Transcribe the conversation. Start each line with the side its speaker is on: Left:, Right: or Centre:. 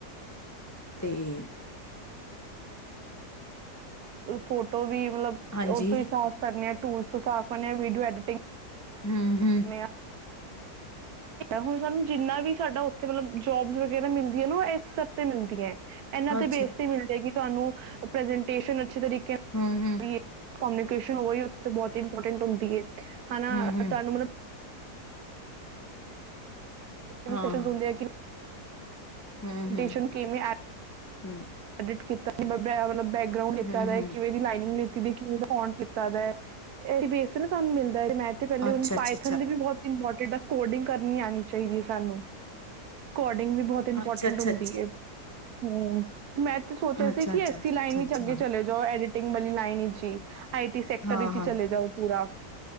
Left: ਤੇ
Right: ਫੋਟੋ ਵੀ ਮਤਲਬ
Left: ਹਾਂਜੀ
Right: ਉਹ ਤੋਂ ਹੀ ਸਾਫ਼ ਕਰਨੇ ਆ ਉਹ ਸਾਫ਼ ਬਣਿਆ ਵੀਡੀਓ ਐਡੀਟਿੰਗ
Left: ਹਮ ਹਮ
Right: ਕਰਨੇ ਆ ਹੁਣ ਸਾਨੂੰ ਜਿੰਨਾ ਵੀ ਸਾਡਾ ਉੱਥੇ ਮਤਲਬ ਜੋਬਸ ਵਗੈਰਾ ਮਿਲਦੀਆਂ ਨਾ ਇਸ ਸਬ ਤੇ ਮਿਲਦੀਆਂ ਇਹਨਾਂ ਤੇ
Left: ਅੱਛਾ
Right: ਬੇਸ ਤੇ ਮਿਲ ਜਾਏਗੀ। ਤੁਾਨੂੰ ਪ੍ਰੇਸੇਂਟ ਟੇਸ਼ਨ ਅੱਛੇ ਤਰੀਕੇ
Left: ਹਮ ਹਮ
Right: ਨਾਲ ਕਮਿਊਨੀਕੇਸ਼ਨ ਉਹਹੀ ਉ ਬਹੁਤ ਇੰਪੋਰਟੈਂਟ ਹੁੰਦੀ ਹੈ ਹਨਾ
Left: ਹਮ ਹਮ
Right: ਤੁਹਾਨੂੰ ਮਤਲਬ ਨਿਊ
Left: ਹਾਂ
Right: ਸੈਸ਼ਨ ਹੁੰਦੇ ਆ ਕਿ?
Left: ਹਮ
Right: ਐਡੀਸ਼ਨ
Left: ਹਮ
Right: ਕਿਵੇ
Left: ਹਮ
Right: ਐਡਿਤ ਕੀਤਾ <unintelligible> ਗਾਊਨ ਲੀਤਾ
Left: ਹਮ
Right: ਦਾ
Left: ਹਮ
Right: ਏ ਕਿਵੇਂ ਲਾਈਨਿੰਗ ਲਿ ਕਿਵੇਂ ਦਾ ਫੋਂਟ ਲਿੱਤਾ ਦਾ, ਇਹ ਬੇਸ ਸਾਨੂੰ ਮਿਲ ਮੈਂ ਤੇ ਪਹਿਲੇ
Left: ਅੱਛਾ
Right: ਉਹਨੂੰ ਪਾਇਥਨ
Left: ਅੱਛਾ
Right: ਦੀ ਵੀ ਬਹੁਤ ਇੰਪੋਰਟੈਂਟ ਕੋਡਿੰਗ ਕਰਨੀ ਆਨੀ ਚਾਹੀਦੀ ਹੈ ਸਾਨੂੰ ਕੋਡ ਵੀ ਬਹੁਤ ਇੰਪੋਰਟੈਂਟ
Left: ਅੱਛਾ ਅੱਛਾ
Right: ਹੁੰਦੀ ਹੈ ਹ। ਮੈਂ ਤੇ ਸੋਚਿਆ ਸੀ
Left: ਅੱਛਾ
Right: ਕਿ
Left: ਅੱਛਾ ਅੱਛਾ ਅੱਛਾ
Right: ਇਸੀ
Left: ਅੱਛਾ
Right: ਲਾਈਨ ਵਿੱਚ
Left: ਅੱਛਾ ਅੱਛਾ
Right: ਅੱਗੇ ਚਲੇ ਜਾਓ ਐਡੀਟ ਵਲੀ ਲਾਈਨ ਇਚ ਹੀ। ਆਈਟੀ ਸੈਕਟਰ
Left: ਹਾਂ
Right: ਵਿੱਚ
Left: ਹਾਂ
Right: ਹੀ ਚਲੇ ਜਾਓ ਪੂਰਾ।